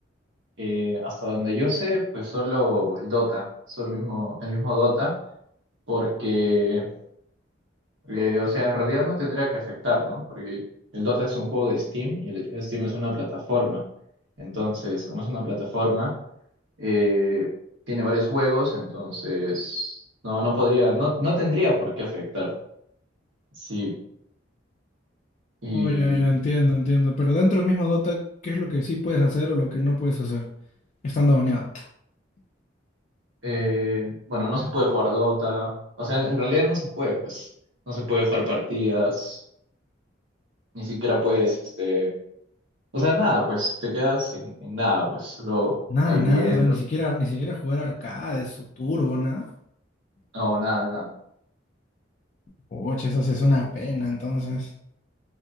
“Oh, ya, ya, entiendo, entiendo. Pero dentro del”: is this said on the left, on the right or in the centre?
Left